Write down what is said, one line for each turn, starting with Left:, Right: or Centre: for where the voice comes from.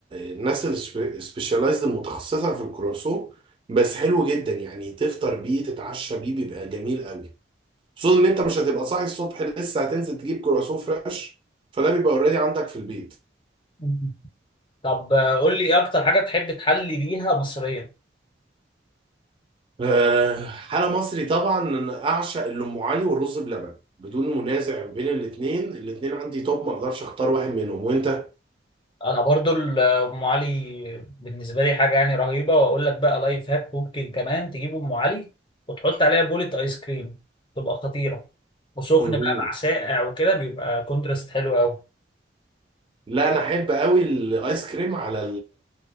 Right: الناس السبيشاليزد المتخصصة في الكرواسون بس حلو جدا يعني تفطر بيه تتعشى بيه بيبقى جميل قوي خصوصا ان انت مش هتبقى صاحي الصبح لسه هتنزل تجيب كرواسون فريش فده بيبقى اوريدي عندك في البيت
Left: مم. طب آه، قول لي ايه اكتر حاجة بتحب تحلي بيها مصريا
Right: آه، حلا مصري طبعا انا اعشق الام علي والرز بلبن بدون منازع بين الاثنين الاثنين عندي توب ما اقدرش اختار واحد منهم وانت
Left: انا برضو ال- ام علي بالنسبه لي حاجه يعني رهيبه واقول لك بقى لايف هاك ممكن كمان تجيب ام علي وتحط عليها بولة ايس كريم تبقى خطيره وسخن
Right: مهم.
Left: بقى مع ساقع وكده بيبقى كونتراست حلو قوي
Right: لا انا احب قوي الايس كريم على